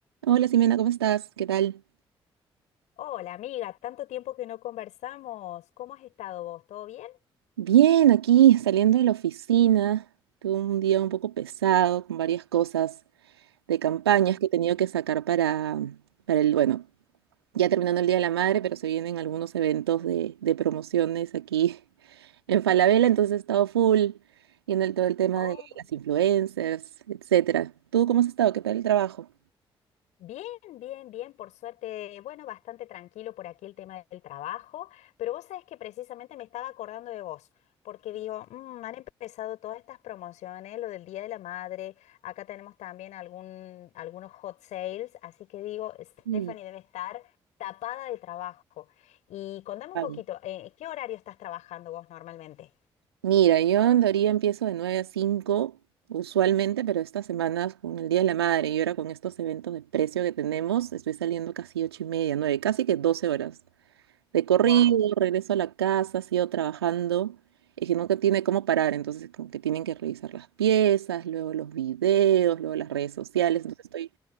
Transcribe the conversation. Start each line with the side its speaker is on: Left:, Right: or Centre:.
Right: Hola Simena, ¿cómo estás? ¿Qué tal?
Left: Hola amiga, tanto tiempo que no conversamos. ¿Cómo has estado vos? ¿Todo bien?
Right: Bien, aquí saliendo de la oficina. Tuve un día un poco pesado con varias cosas de campañas
Left: Ah,
Right: que he tenido que sacar para, para el, bueno, ya terminando el Día de la Madre, pero se vienen algunos eventos de, de promociones aquí <laughs> en Falabella, entonces he estado full viendo el- todo el tema
Left: oh,
Right: de las influencers, etcétera. ¿Tú cómo has estado? ¿Qué tal el trabajo?
Left: bien, bien, bien, por suerte. Bueno, bastante tranquilo por aquí el tema del trabajo, pero vos sabés que precisamente me estaba acordando de vos, porque digo, "Mm, han empezado todas estas promociones, lo del Día de la Madre, acá tenemos también algún, algunos hot sales, así que digo, Stephanie
Right: Mm,
Left: debe estar tapada de trabajo. Y contame un
Right: vale.
Left: poquito, eh, ¿qué horario estás trabajando vos normalmente?
Right: Mira, yo en teoría empiezo de 9 a 5 usualmente, pero estas semanas con el Día de la Madre y ahora con estos eventos de precio que tenemos, estoy saliendo casi 8 y media, 9, casi que 12 horas de corrido,
Left: Wow.
Right: regreso a la casa, sigo trabajando, es que nunca tiene cómo parar, entonces como que tienen que revisar las piezas, luego los videos, luego las redes sociales, entonces estoy